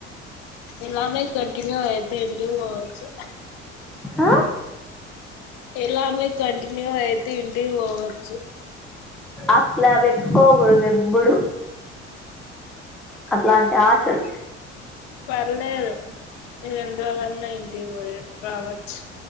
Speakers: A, on the left (about 65°); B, in the centre.
A: ఇలానే కంటిన్యూ ఆయితే ఇంటికి పోవచ్చు
B: ఆ
A: ఇలానే కంటిన్యూ అయితే ఇంటికి పోవచ్చు
B: అట్లా పెట్టుకోకూడదు ఎప్పుడు అట్లాంటి ఆశలు
A: పర్లేదు నేను ఎన్నిరోలన్న ఇంటికి పోయిరావచ్చు